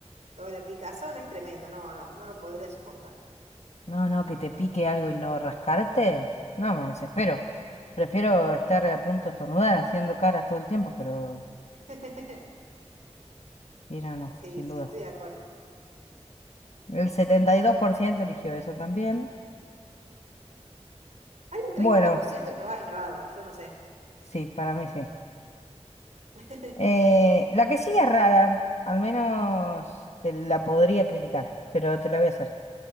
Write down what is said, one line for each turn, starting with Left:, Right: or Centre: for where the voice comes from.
Right: Lo de la picazón es tremendo, no, no, no lo podría soportar.
Left: No, no, que te pique algo y no rascarte. No, me desespero. Prefiero estar a punto de estornudar haciendo caras todo el tiempo, pero
Right: <laughs>
Left: sí, no, no,
Right: Sí,
Left: sin
Right: sí,
Left: duda.
Right: estoy de acuerdo.
Left: El 72% eligió eso también.
Right: Hay un treinta
Left: Bueno,
Right: por ciento que va errado, yo no sé.
Left: sí, para mí sí.
Right: <laughs>
Left: Eh, la que sigue es rara, al menos te la podría criticar, pero te la voy a hacer.